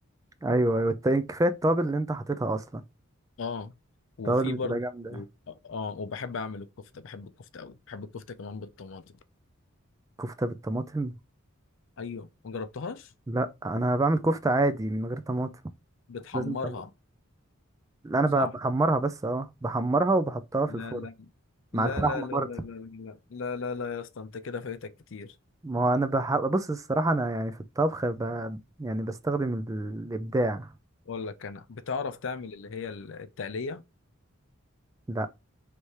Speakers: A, on the right; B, on the left.
A: ايوه ايوه التاني كفايه التوابل اللي انت حاططها اصلا
B: اه وفي
A: التوابل
B: برضه
A: بتبقى جامده
B: اه وبحب اعمل الكفته بحب الكفته قوي بحب الكفته كمان بالطماطم
A: كفته بالطماطم
B: ايوه ما جربتهاش
A: لا انا بعمل كفته عادي من غير طماطم
B: بتحمرها
A: لازم طماطم لا انا
B: صح
A: ب- بحمرها بس اه بحمرها وبحطها في
B: لا
A: الفرن
B: لا
A: مع
B: لا
A: الفحم
B: لا لا
A: برضه
B: لا لا لا لا لا لا يا اسطى انت كده فايتك كتير
A: ما هو انا بح... بص الصراحه انا يعني في الطبخ ب... يعني بستخدم ال- الابداع
B: اقول لك انا بتعرف تعمل اللي هي التقليه
A: لا